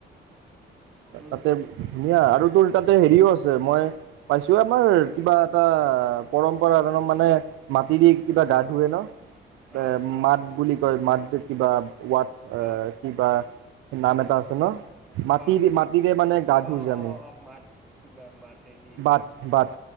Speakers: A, on the right; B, in the centre.
A: তাতে
B: তোৰ
A: ধুনীয়া আৰু তোৰ তাতে হেৰিও আছে, মই পাইছোঁ, আমাৰ কিবা এটা পৰম্পৰা ধৰ মানে মাটি দি কিবা গা ধুৱে ন?
B: অ
A: এ মাত বুলি তই মাতটো‌ কিবা ইয়াত
B: অ
A: কিবা নাম এটা আছ হেল্ল', মাত সেই
B: অ
A: মাটিৰে মানে গা
B: অ
A: ধোওঁ যে আামি
B: অ অ মাত কিবা মাত দেদি সেয়া
A: বাথ
B: কৰে
A: বাথ,
B: ন।